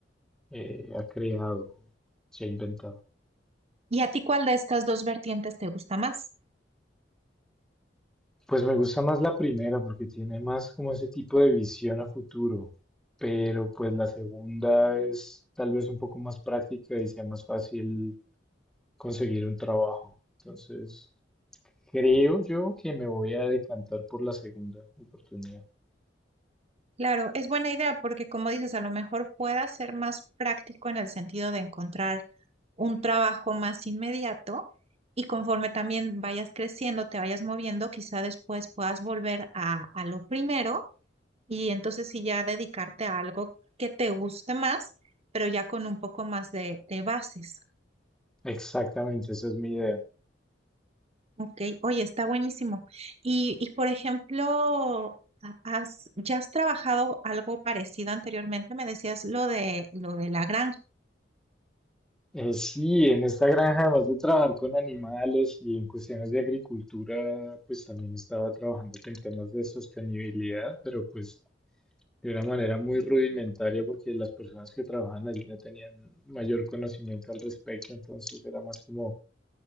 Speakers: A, in the centre; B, on the right.
A: eh, ha creado, se ha inventado.
B: ¿Y a ti cuál de estas dos vertientes te gusta más?
A: Pues me gusta más la primera porque tiene más como ese tipo de visión a futuro, pero pues la segunda es tal vez un poco más práctica y sea más fácil conseguir un trabajo. Entonces, creo yo que me voy a decantar por la segunda oportunidad.
B: Claro, es buena idea porque como dices, a lo mejor pueda ser más práctico en el sentido de encontrar un trabajo más inmediato y conforme también vayas creciendo, te vayas moviendo, quizá después puedas volver a, a lo primero Y entonces sí ya dedicarte a algo que te guste más, pero ya con un poco más de, de bases.
A: Exactamente, esa es mi idea.
B: Ok, oye, está buenísimo. Y, y por ejemplo, ha- has, ¿ya has trabajado algo parecido anteriormente? Me decías lo de lo de la granja.
A: Eh, sí, en esta granja, además de trabajar con animales y en cuestiones de agricultura, pues también estaba trabajando en temas de sostenibilidad, pero pues de una manera muy rudimentaria porque las personas que trabajaban allí no tenían mayor conocimiento al respecto, entonces era más como